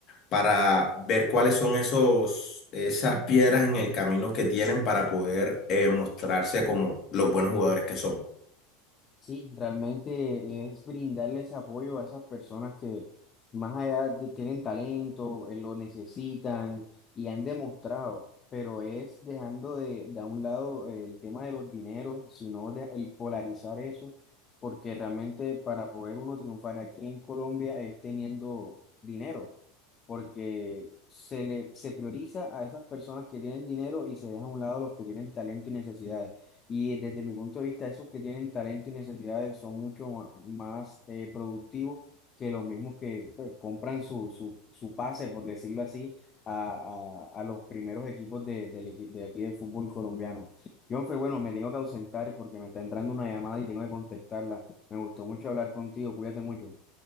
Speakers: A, on the left; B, on the left.
A: para ver cuáles son esos, esas piedras en el camino que tienen para poder eh, mostrarse como los buenos jugadores que son.
B: Sí, realmente es brindarles apoyo a esas personas que más allá de, tienen talento, eh, lo necesitan y han demostrado, pero es dejando de, de a un lado el tema de los dineros, sino de, el polarizar eso, porque realmente para poder uno triunfar aquí en Colombia es teniendo dinero, porque se le, se prioriza a esas personas que tienen dinero y se deja a un lado a los que tienen talento y necesidades. Y desde mi punto de vista, esos que tienen talento y necesidades son mucho ma- más eh, productivos que los mismos que pues, compran su, su, su pase, por decirlo así, a, a- a los primeros equipos de, del equi- de aquí del fútbol colombiano. John fue bueno, me tengo que ausentar porque me está entrando una llamada y tengo que contestarla. Me gustó mucho hablar contigo, cuídate mucho.